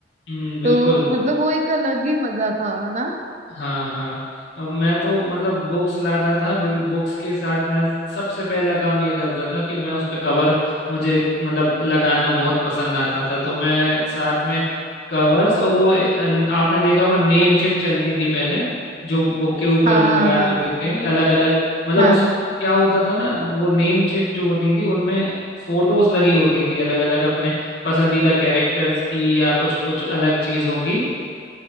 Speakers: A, on the left; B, on the right.
A: हम्म बिल्कुल
B: तो मतलब वो एक अलग ही मजा था है ना
A: हाँ हाँ अब मैं तो मतलब बुक्स लाता था बुक्स के साथ मैं सबसे पहला काम ये करता था कि मैं उस पे कवर मुझे मतलब लगाना बहुत पसंद आता था तो मैं साथ में कवर्स और वो अ, आपने देखा होगा नेम शीट चलती थी पहले जो बुक के ऊपर
B: हाँ
A: लगा
B: हाँ हाँ
A: देते थे अलग अलग मतलब
B: हाँ
A: उसमें क्या होता था ना वो नेम शीट जो होती थी उनमें फोटोज लगी होती थी अलग अलग अपने पसंदीदा कैरेक्टर्स की या कुछ कुछ अलग चीजों की